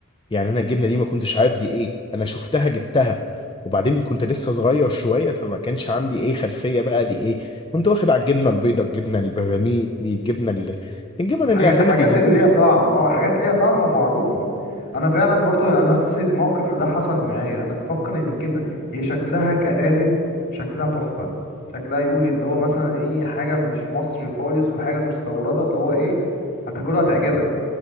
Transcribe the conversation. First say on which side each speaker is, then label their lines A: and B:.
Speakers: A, on the left (about 25°); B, on the left (about 50°).
A: يعني انا الجبنه دي ما كنتش عارف دي ايه انا شفتها جبتها وبعدين كنت لسه صغير شويه فما كانش عندي ايه خلفيه بقى دي ايه كنت واخد على الجبنه البيضاء الجبنه البراميلي الجبنه اللي الجبن
B: حاجات
A: اللي اهلنا
B: حاجات
A: بيجيبوها
B: اللي ليها طعم اه حاجات ليها طعم ومعروفة انا فعلا برضو انا نفس الموقف ده حصل معايا انا مفكر ان الجبنة هي شكلها كقالب شكلها تحفة شكلها يقول اللي هو مثلا ايه حاجة مش مصري خالص وحاجة مستوردة اللي هو ايه هتاكلها هتعجبك